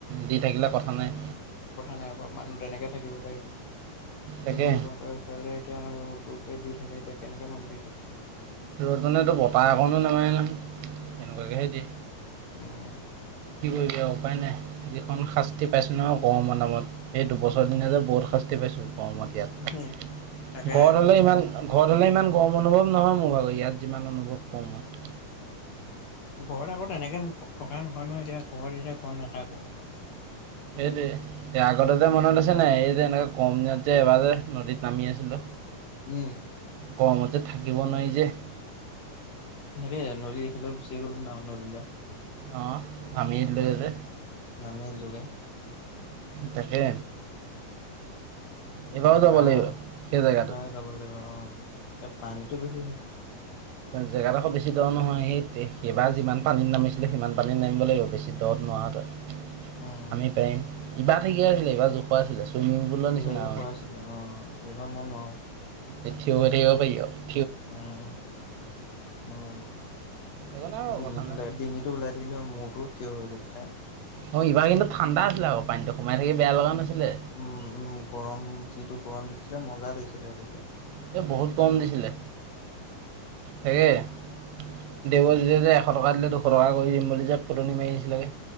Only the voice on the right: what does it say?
দি থাকিলে কথা নাই
তাকে
ৰ'দ মানেতো বতাহ অকনো নামাৰে নহয় তেনেকুৱাকেহে দিয়ে।
কি কৰিবা উপায় নাই যিখন শাস্তি পাইছো নহয় গৰমৰ নামত। এই দুবছৰ
দিনা যে বহুত শাস্তি পাইছো গৰমত ইয়াত
ঘৰত হ'লে ইমান ঘৰত হ'লে ইমান গৰম অনুভৱ নহয় মোৰ ভাগৰ ইয়াত যিমান অনুভৱ কৰো মই
সেইটোয়ে আগতে যে মনত আছে নাই এই যে কম দিনত যে এবাৰ নদীত নামি আছিলো
গৰমত যে থাকিব নোৱাৰি যে
অঁ নামি দিলোগে
যে
তাকে এইবাৰো
যাব লাগিব সেই জেগাটোত
জেগাডোখৰ বেছি দ নহয় সেই সেইবাৰ যিমান পানীত নামিছিলে সিমান পানীত নামিব লাগিব বেছি দ ত নোৱাৰ তই
আমি পাৰিম ইবাৰ ঠিকে আছিলে এইবাৰ জোখো আছিলে। চুইমিং পুলৰ
নিচিনা মানে
এঠ ৰে পয়।
একো নাই বাৰু
কথা নাই
অ ইবাৰ কিন্তু ঠাণ্ডা আছিলে আকৌ। পানীটো সোমাই থাকি বেয়া লগা নাছিলে
সেই বহুত গৰম দিছিলে। সেই দেৱজ যে এশ টকা দিলে দুশ টকা কৰি দিম বুলি যে ফুতনি মাৰি আছিলগে।